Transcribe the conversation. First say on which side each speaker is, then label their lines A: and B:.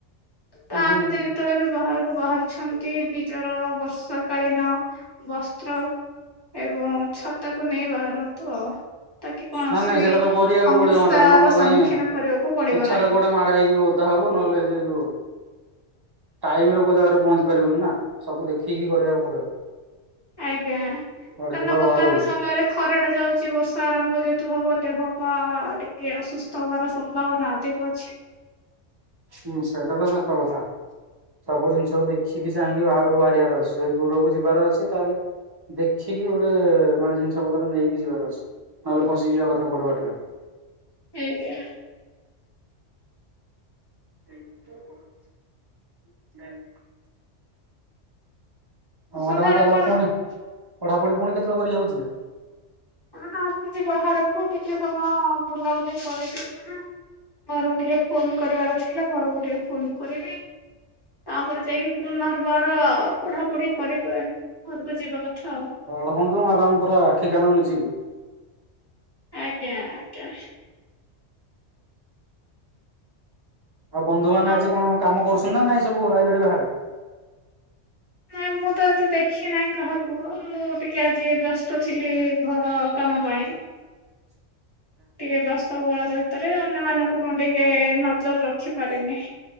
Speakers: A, on the left; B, on the right.
A: ତ
B: ହୁଁ ହୁଁ
A: ଆମେ
B: ହୁଁ
A: ଯଦି ଯେତେବେଳେ ବି ବାହାରକୁ ବାହାରୁଛନ୍ତି ନିଜର ବର୍ଷା କାଳୀନ ବସ୍ତ୍ର ଏବଂ ଛତାକୁ ନେଇ ବାହାରନ୍ତୁ ଆଉ। ତାକି କୌଣସି
B: ନାଇଁ ନାଇଁ ସେଇଟା ତ କରିବାକୁ
A: ସମସ୍ୟାର
B: ପଡିବ ମାଡାମ୍। ନହେଲେ ନାଇଁ
A: ସମ୍ମୁଖୀନ କରିବାକୁ ପଡିବ
B: ଚୁ ଛାରେ
A: ନାହିଁ
B: କୋଉଠୁ ମାଡ ହେଇକି ଓଦା ହାବୁ ନହଲେ ସେ ଯଉ ଟାଇମ ରେ କୋଉ ଜାଗାରେ ପହଞ୍ଚି ପାରିବୁନି ନା ସବୁ ଦେଖିକି କରିବାକୁ ପଡିବ।
A: ଆଜ୍ଞା। କାରଣ
B: କୁଆଡେ ଯିବା
A: ବର୍ତ୍ତମାନ
B: ବାହାରକୁ
A: ସମୟରେ ଖରାଟା ଯାଉଛି ବର୍ଷା ଆରମ୍ଭ ଯେହେତୁ ହବ ଦେହପା ଟିକେ ଅସୁସ୍ଥ ହବାର ସମ୍ଭାବନା ଅ ଅଧିକ ଅଛି।
B: ହୁଁ ସେଇଟା ତ ସତ କଥା। ସବୁ ଜିନିଷକୁ ଦେଖିକି ଚାହିଁକି ବାହାରକୁ ବାହାରିବାର ଅଛି। ଯଦି ଦୂରକୁ ଯିବାର ଅଛି ତାହେଲେ ଦେଖିକି ଗୋଟେ ମାନେ ଜିନିଷ ପତ୍ର ନେଇକି ଯିବାର ଅଛି ନହେଲେ ଫସିିଯିବା କଥା କୋଉଠି ବାଟରେ।
A: <inaudible>
B: <inaudible> ହଁ ମ୍ୟାଡ଼ାମ
A: ସନ୍ଧ୍ୟାବେଳେ
B: ତାହେଲେ
A: କଣ
B: ପୁଣି ପଢାପଢି ପୁଣି କେତେବେଳେ କରିବାକୁ ଯିବେ?
A: ଏବେ ତ ଆସିଛି ବାହାରକୁ ଟିକେ ସମୟ ବୁଲାବୁଲି କରିକି ଯିବି। ଘରକୁ ଟିକେ ଫୋନ୍ କରିବାର ଥିଲା ଘରକୁ ଟିକେ ଫୋନ୍ କରିବି ତାପରେ ଯାଇକି ପୁନର୍ବାର। ପଢା ପଢି କରି ଘରକୁ ଯିବା କଥା ଆଉ।
B: ପଢନ୍ତୁ ମାଡାମ ପୁରା ଆଖି କାନ ମୁଜିକି
A: ଆଜ୍ଞା ଆଜ୍ଞା।
B: ଆଉ ବନ୍ଧୁ ମାନେ
A: ନ
B: ଆଜି କଣ କାମ କରୁଛନ୍ତି ନା ନାଇଁ। ସବୁ ଲାଇବ୍ରେରୀ ବାହାରେ
A: ନାଇଁ ମୁଁ ତ ଏତେ ଦେଖି ନାହିଁ କାହାକୁ ମୁଁ ଟିକେ ଆଜି ବ୍ୟସ୍ତ ଥିଲି ଘର କାମ ପାଇଁ।
B: <inaudible>
A: ଟିକେ ବ୍ୟସ୍ତବହୁଳତା ଭିତରେ ଅନ୍ୟମାନଙ୍କୁ ମୁଁ ଟିକେ ନଜର ରଖିପାରେନି।